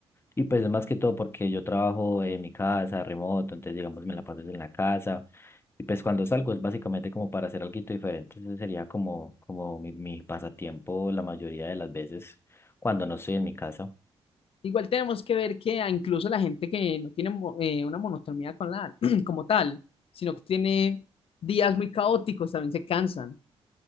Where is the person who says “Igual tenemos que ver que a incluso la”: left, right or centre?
Left